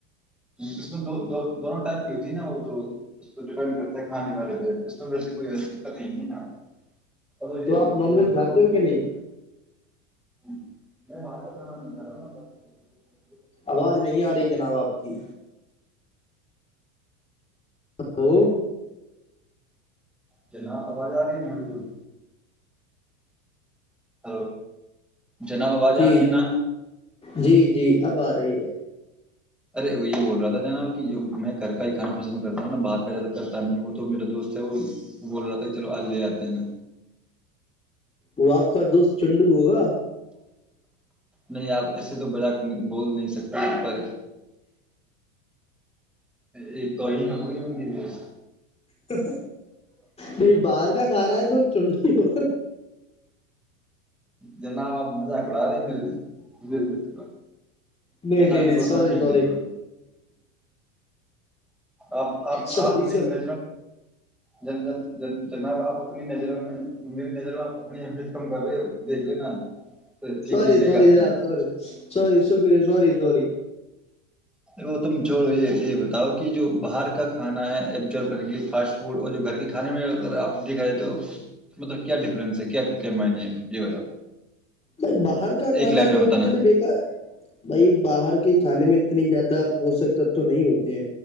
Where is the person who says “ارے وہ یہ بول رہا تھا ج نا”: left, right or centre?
Centre